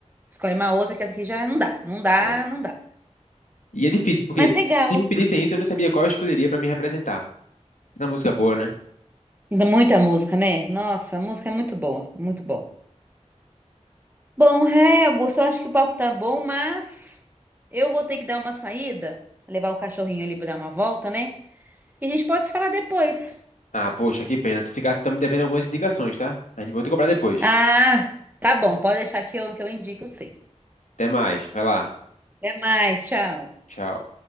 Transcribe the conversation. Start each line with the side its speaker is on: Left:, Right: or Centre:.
Right: Escolhe uma outra que essa aqui já não dá, não dá,
Left: É.
Right: não dá.
Left: E é difícil, porque
Right: Mas legal.
Left: se me pedissem isso, eu não sabia qual eu escolheria pra me representar. Na música é boa, né?
Right: Ainda muita música, né? Nossa, a música é muito boa, muito bom. Bom, é, Augusto, eu acho que o papo tá bom, mas eu vou ter que dar uma saída, levar o cachorrinho ali pra dar uma volta, né? E a gente pode se falar depois.
Left: Ah, poxa, que pena. Tu ficasse, tá me devendo algumas indicações, tá? A gente vou te cobrar depois.
Right: Ah, tá bom, pode deixar que eu, que eu indico sim.
Left: Até mais. Vai lá.
Right: Até mais, tchau.
Left: Tchau.